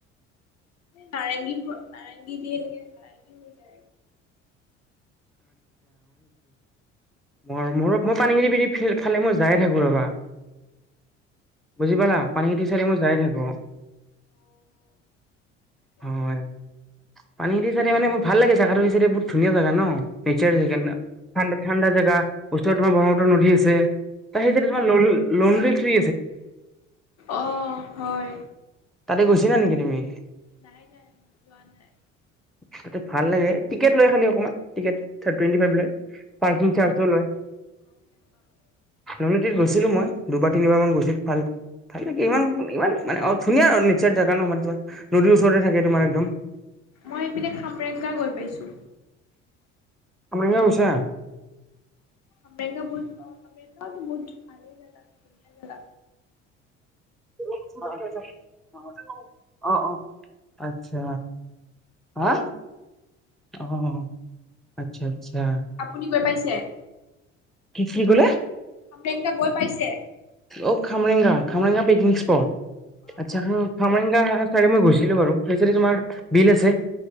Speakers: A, on the left (about 45°); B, in the centre.
A: নাৰঙি প নাৰংগি দি এনেক ভ কিজ
B: ম মোৰ মই পানীখিনি পিধ ফালে মই যায় থাকো ৰবা বুজি পালা পানী খটি চাইি মই যায় থাকো হয় পানীেতি চ মে ম ভালাগ চাহাটোি চাই বহু ধনীয়া জাগা ন নিচে জ ঠাণ্ডা জাগা ওচ ব নলি আছে ত সেইচ তোমাৰ ল়ল লণ্ডীটি
A: আহ হয়
B: তাতে গৈছ না নেকি তুমি?
A: নাই, নাই যোৱা নাই।
B: তাতে ভাল লাগে। টিকেট লৈ খালি অকণমান। ট ফ লয়। পাৰ্কিং চাৰ্জ লয়। ন গৈছিলো মই দুবাৰ তিনিবাৰ মান গৈছিলো। ভাল-ভাল ইমান, ইমান মানে। ধুনীয়া ন নিচৰ জাগা নমাৰ তমাৰ। নদীৰ ওচৰতে থাকে তোমাৰ একদম।
A: মই ইপিনে খামৰেংগা গৈ পাইছো।
B: আ মগছে
A: আমেংগা বু অমেংগাওত বুট ভাল জ ধুনীয়া জ
B: <inaudible> অ', অ' আচ্ছা, হা, অ', অ' আচ্ছা। আচ্ছা
A: আপুনি গৈ পাইছে? <inaudible>
B: কি ক'লে?
A: গোটেই কেইটা গৈ পাইছে?
B: অ' খামেংগা খামেংগা পিকনিক স্পট। আচ্ছা, খামৰেংগা চাইদে মই গৈছিলো বাৰু। সেইচাইডে তোমাৰ বিল আছে।